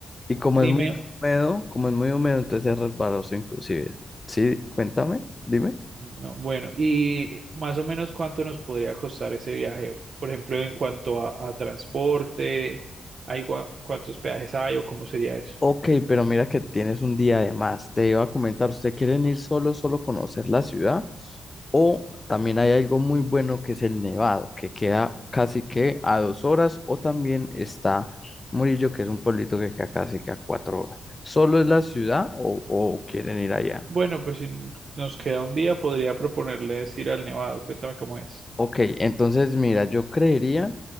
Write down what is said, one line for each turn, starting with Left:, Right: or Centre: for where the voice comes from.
Left: y como
Right: Dime
Left: es muy húmedo, como es muy húmedo, entonces es resbaloso inclusive. Sí, cuéntame, dime.
Right: No, bueno, y más o menos cuánto nos podría costar ese viaje, por ejemplo, en cuanto a, a transporte, hay gua- cuántos peajes hay o cómo sería eso.
Left: Ok, pero mira que tienes un día de más. Te iba a comentar, ¿usted quieren ir solo, solo conocer la ciudad? O también hay algo muy bueno que es el Nevado, que queda casi que a dos horas, o también está Murillo, que es un pueblito que queda casi que a cuatro horas. ¿Solo es la ciudad o, o quieren ir allá?
Right: Bueno, pues si n- nos queda un día, podría proponerles ir al Nevado, cuéntame cómo es.
Left: Ok, entonces mira, yo creería